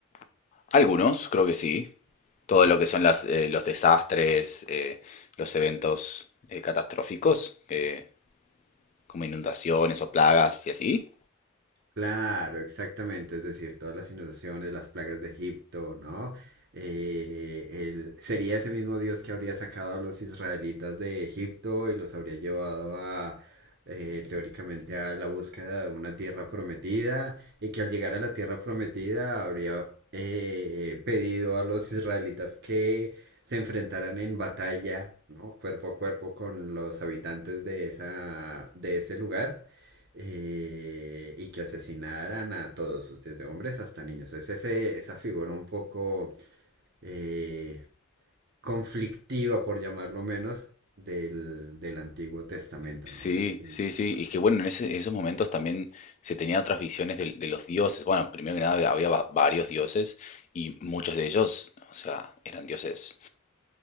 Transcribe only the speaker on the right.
Claro, exactamente, es decir, todas las inundaciones, las plagas de Egipto, ¿no? Eh, el- sería ese mismo Dios que habría sacado a los israelitas de Egipto y los habría llevado a, eh, teóricamente, a la búsqueda de una tierra prometida y que al llegar a la tierra prometida habría eh, pedido a los israelitas que se enfrentaran en batalla, ¿no? Cuerpo a cuerpo con los habitantes de esa, de ese lugar eh, y que asesinaran a todos, desde hombres hasta niños. Es ese- esa figura un poco eh, conflictiva, por llamarlo menos, del, del Antiguo Testamento,
¿no? Y,